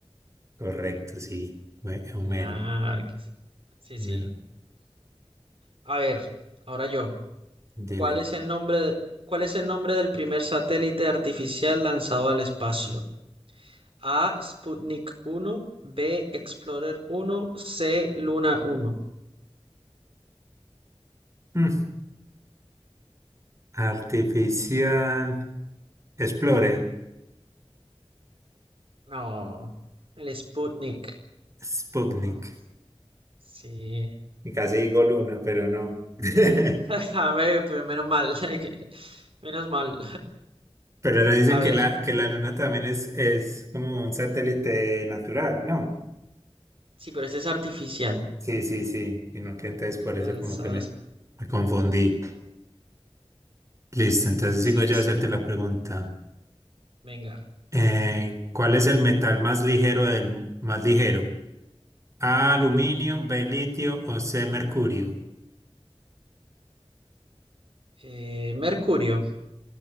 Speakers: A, on the right; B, on the right.
A: Correcto, sí. Fue Homero.
B: Ah, que sí, sí. sí.
A: Homero.
B: A ver, ahora yo.
A: Dime.
B: ¿Cuál es el nombre de- cuál es el nombre del primer satélite artificial lanzado al espacio? A. Sputnik uno, B. Explorer uno, C. Luna uno.
A: Mm. Artificial. Explorer.
B: No, el Sputnik
A: Sputnik.
B: uno. Sí.
A: Y casi digo luna, pero no. <laughs>
B: <laughs> A ver, pero menos mal. <laughs> Menos mal.
A: Pero le dicen
B: A
A: que
B: ver.
A: la, que la luna también es, es como un satélite natural, ¿no?
B: Sí, pero este es artificial.
A: Sí, sí, sí. Y no que entonces por
B: Lanza
A: eso como que me,
B: las.
A: me confundí. Listo, entonces
B: Sí,
A: sigo yo
B: es.
A: a hacerte la pregunta.
B: Venga.
A: Eh, ¿cuál es el metal más ligero del más ligero? A, aluminio, B, litio o C, mercurio.
B: Eh, Mercurio.